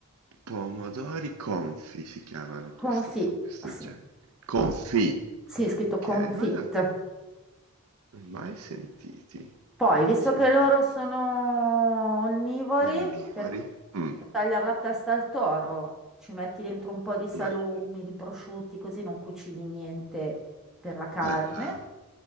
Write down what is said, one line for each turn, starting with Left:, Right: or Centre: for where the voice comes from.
Right: pomodori confi si chiamano questo,
Centre: Confit,
Right: questo
Centre: sì.
Right: genere. Confi.
Centre: Sì,
Right: Ok,
Centre: è scritto confit.
Right: guarda Mai sentiti,
Centre: Poi,
Right: mai
Centre: visto
Right: sentiti.
Centre: che loro sono onnivori,
Right: Onnivori?
Centre: per
Right: Mh,
Centre: per tagliare la testa al toro, ci metti dentro un po' di salumi,
Right: beh,
Centre: di prosciutti, così non cucini niente per la carne,
Right: ah-ah.